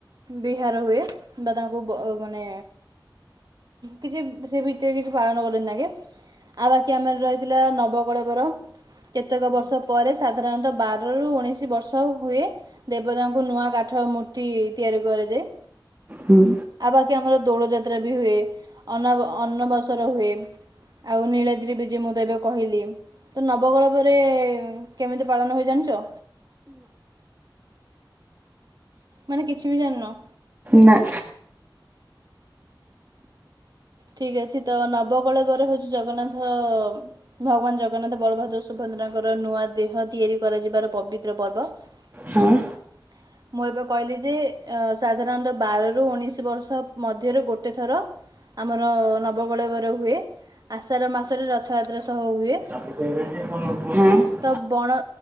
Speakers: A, on the right; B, on the right.
A: ବିହାର ହୁଏ ବା ତାଙ୍କୁ ମାନେ କିଛି ସେ ଭିତ୍ତିରେ କିଛି ପାଳନ କରନ୍ତି ତାଙ୍କେ। ଆଉ ବାକି ଆମର ରହିଥିଲା ନବକଳେବର। କେତେକ ବର୍ଷ ପରେ ସାଧାରଣତଃ ବାରରୁ ଉଣେଇସି ବର୍ଷ ହୁଏ। ଦେବତାଙ୍କୁ ନୂଆ କାଠ ମୂର୍ତ୍ତି ତିଆରି କରାଯାଏ।
B: ହୁଁ।
A: ଆଉ ବାକି ଆମର ଦୋଳ ଯାତ୍ରା ବି ହୁଏ, ଅନ ଅନବସର ହୁଏ। ଆଉ ନୀଳଦ୍ରି ବିଜେ ମୁଁ ତ ଏବେ କହିଲି। <unintelligible> କେମିତି ପାଳନ ହୁଏ ଜାଣିଛ? ମାନେ କିଛି ବି ଜାଣିନ।
B: ନା।
A: ଠିକ୍ ଅଛି ତ ନବକଳେବରେ ହେଉଛି ଜଗନ୍ନାଥ ଭଗବାନ ଜଗନ୍ନାଥ, ବଳଭଦ୍ର, ସୁଭଦ୍ରଙ୍କର ନୂଆ ଦେହ ତିଆରି କରାଯିବାର ପବିତ୍ର ପର୍ବ।
B: ହଁ।
A: <inaudible> ମୁଁ ଏବେ କହିଲି ଯେ ସାଧାରଣତଃ ବାରରୁ ଉଣେଇସି ବର୍ଷ ମଧ୍ୟରୁ ଗୋଟେ ଥର ଆମର ନବକଳେବର ହୁଏ, ଆଷାଢ଼ ମାସରେ ରଥଯାତ୍ରା ସହ ହୁଏ।
B: ହଁ।
A: ତ ବଣ